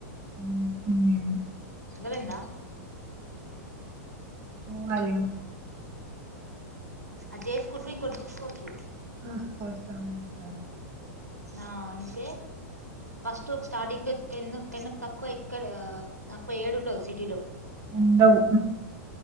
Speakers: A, on the right; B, on the right.
A: ఉమ్, ఉమ్,
B: అర్థమైందా
A: ఓ అాల
B: అది చేసుకుంటూ ఇంకో చూసుకోవచ్చు
A: ఆఫ్కోర్స్ అవును అక్క
B: ఆ అందుకే ఫస్ట్ స్టార్టింగ్ టెన్ టెన్ తక్కువ ఎక్కడ తక్కువ ఏడు ఉండదు సిటీలో
A: ఉండవు